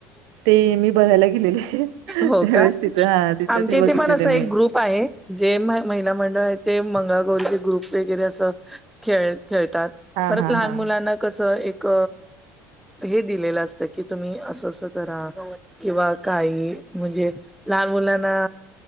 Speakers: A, on the right; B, in the centre.
A: ते मी बघायला गेलेले आहे
B: हो
A: त्यावेळेस
B: का?
A: तिथं हा तिथं
B: आमच्या
A: ते बघितलेले
B: इथे पण असा
A: मी.
B: एक ग्रुप आहे जे महिला मंडळ आहे ते मंगळागौरचे ग्रुप वगैरे असं. खेळ खेळतात
A: हां,
B: परत
A: हां,
B: लहान
A: हां.
B: मुलांना कसं एक. हे दिलेलं असतं की तुम्ही असं असं करा किंवा काही म्हणजे. लहान मुलांना